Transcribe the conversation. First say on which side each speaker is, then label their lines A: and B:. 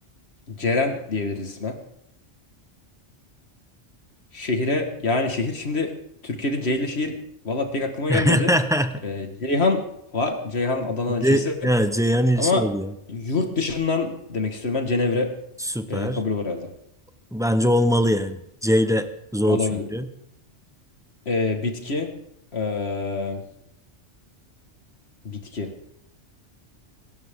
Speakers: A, on the left; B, in the centre.
A: Ceren diyebiliriz isme. Şehire yani şehir şimdi Türkiye'de C ile şehir valla pek aklıma
B: <laughs>
A: gelmedi. Ee, Ceyhan var. Ceyhan Adana ilçesi.
B: C, evet, Ceyhan ilçe
A: Ama
B: oluyor.
A: yurt dışından demek istiyorum ben Cenevre
B: Süper.
A: e, kabul olur herhalde.
B: Bence olmalı yani. C ile zor
A: Olabilir.
B: çünkü.
A: E, bitki. e, bitki.